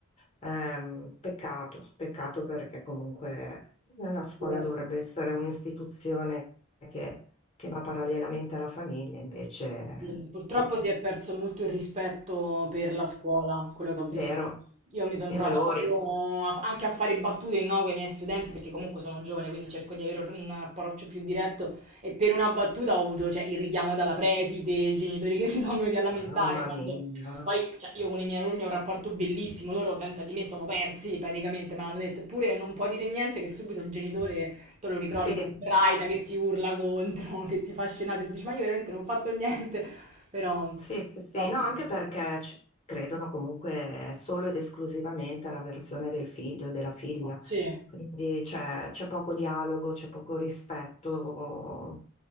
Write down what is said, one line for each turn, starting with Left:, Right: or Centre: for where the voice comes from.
Left: Ehm, peccato, peccato perché comunque eh, la scuola
Right: vero.
Left: dovrebbe essere un'istituzione che, che va parallelamente alla famiglia, invece,
Right: Sì, Purtroppo
Left: pur-
Right: si è perso molto il rispetto per la scuola, quello che ho visto.
Left: vero,
Right: Io mi sono
Left: i
Right: trovata
Left: valori,
Right: proprio a- anche a fare battute no, con i miei studenti, perché comunque sono giovane, quindi cerco di avere un approccio più diretto. E per una battuta ho avuto, cioè, il richiamo dalla preside, i genitori che si sono venuti a lamentare.
Left: mamma
Right: quando-
Left: mia,
Right: Poi, cioè, io con i miei alunni ho un rapporto bellissimo, loro senza di me sono persi praticamente, me l'hanno detto. Eppure non puoi dire niente che subito il genitore te lo ritrovi
Left: sì.
Right: che sbraita, che ti urla contro, <laughs> che ti fa scenate, e tu dici, ma io veramente non ho fatto niente. Però
Left: Sì, sì, sì,
Right: però
Left: no,
Right: così.
Left: anche perché ci credono comunque solo ed esclusivamente alla versione del figlio o della figlia,
Right: Sì. è
Left: quindi c'è c'è poco dialogo, c'è poco rispetto,